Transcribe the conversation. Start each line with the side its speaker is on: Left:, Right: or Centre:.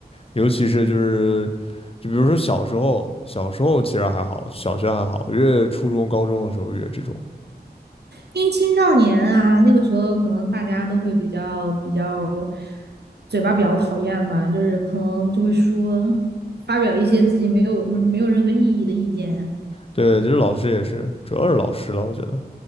Left: 尤其是就是，就比如说小时候，小时候其实还好，小学还好，越初中、高中的时候越这种。
Right: 因为青少年啊，那个时候可能大家都会比较比较嘴巴比较讨厌吧，就是可能就会说发表一些自己没有没有任何意义的意见，
Left: 对，就是老师也是，主要是老师了，我觉得，